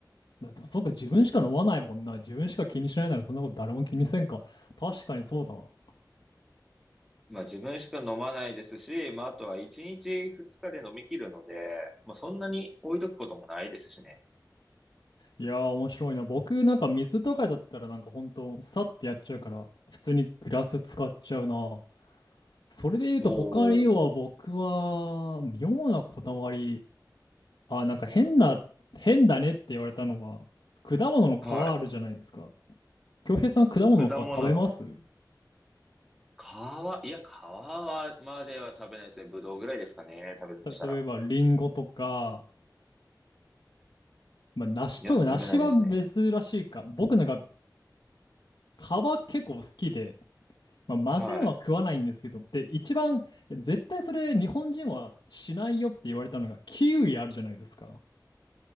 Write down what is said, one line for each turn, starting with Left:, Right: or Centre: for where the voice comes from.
Left: だでもそうか、自分しか飲まないもんな。自分しか気にしないならそんなこと誰も気にせんか。確かにそうだわ。
Centre: まあ自分しか飲まないですし、まああとは1日2日で飲み切るので、まあそんなに置いとくこともないですしね。
Left: いやー、面白いな。僕、なんか水とかだったら、なんかほんと、さってやっちゃうから、普通にグラス使っちゃうな。それで言うと、
Centre: お
Left: 他には僕は、
Centre: お。
Left: 妙なこだわり。あ、なんか変な、変だねって言われたのは、果物の皮あるじゃないですか。
Centre: はい。
Left: 京平さん、果物の皮食べます
Centre: 果物の皮、いや、皮はまでは食べないですね。ぶどうぐらいですかね。食べるとしたら。
Left: た例えば、リンゴとか、まあ、梨と、
Centre: いや、
Left: 梨は珍しいか。
Centre: 食べないですね。
Left: 僕なんか、皮結構好きで、まあ、まずいのは食わないんですけど、
Centre: はい。
Left: で、一番、いや絶対それ日本人はしないよって言われたのが、キウイあるじゃないですか。